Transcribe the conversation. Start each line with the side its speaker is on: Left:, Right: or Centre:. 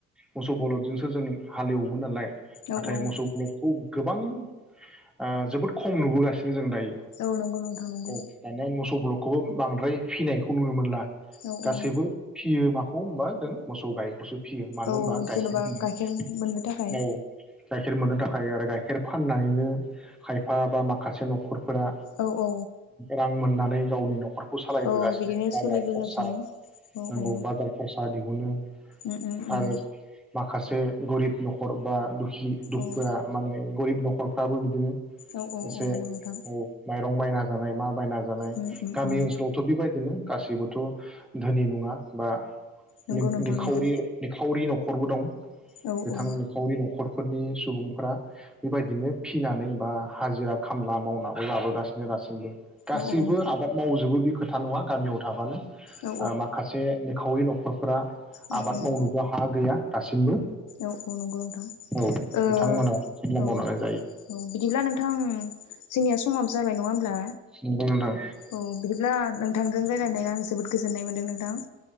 Centre: मोसौ बलदजोंसो जों हालेवोमोन नालाय
Left: औ
Centre: नाथाय
Left: औ
Centre: मोसौ बलदखौ गोबां ओ जोबोद खम नुबोगासिनो जों दायो
Left: औ नंगौ नोंथां नंगौ
Centre: औ दानिया मोसौ बलद खौबो बांद्राय फिनायखौ नुनो मोनला
Left: औ
Centre: गासैबो
Left: औ
Centre: फियो माखौ औ मा होनदों मोसौ गायखौसो फियो मानो
Left: औ
Centre: होनबा गाइखेर
Left: जेनबा
Centre: होयो
Left: गाइखेर मोननो थाखाय
Centre: औ गाइखेर मोननो थाखाय आरो गाइखेर फा फाननानैनो खायफा बा माखासे नखर फोरा
Left: औ औ
Centre: रां मोन्ना नै गावनि न' खर खौ सालायबोगासिनो
Left: औ बिदिनो
Centre: बाजार
Left: सोलिबोगासिनो
Centre: खरसा
Left: औ
Centre: नोंगौ
Left: औ
Centre: बाजार खरसा दिहुनो
Left: उम उम उम
Centre: आरो मा खायसे गरिब नखर बा दु जि दुखुआ
Left: औ
Centre: माने गरिब नखरफ्राबो बिदिनो
Left: औ औ
Centre: एसे
Left: औ नंगौ नोंथां
Centre: औ माइरं बायना जानाय मा बायना जानाय
Left: उम उम
Centre: गामि
Left: उम
Centre: ओनसोलावथ बेबायदिनो गासिबोथ धोनि नंङा बा
Left: नंगौ
Centre: नि-निखावरि
Left: नोंथां नंगौ
Centre: निखावरि नख खरबो दं।
Left: औ
Centre: बिथां
Left: औ
Centre: निखावरि नखर फोरनि सुबुंफ्रा बेबायदिनो फिनानै बा हाजिरा खामला मावनाबो जाबोगासिनो दासिमबो गासैबो
Left: औ औ
Centre: आबाद मावजोबो बेख खोथा नंङा गामियाव थाबानो
Left: औ
Centre: आ माखासे निखावरि न' खर फ्रा
Left: उम
Centre: आबाद
Left: उम
Centre: मावनोबो हा गैया। दासिमबो
Left: औ औ नंगौ नोंथां
Centre: औ
Left: ओ
Centre: बिथांमोनाथ' खामला
Left: औ
Centre: मावनानै जायो
Left: औ बिदिब्ला नोंथां जोंनिया समाबो जाबाय नंङा होमब्ला
Centre: नंगौ नोंथां
Left: औ बिदिब्ला नोंथांजों रायज्लायनाया आं जोबोद गोजोन्नाय मोन्दों नोंथां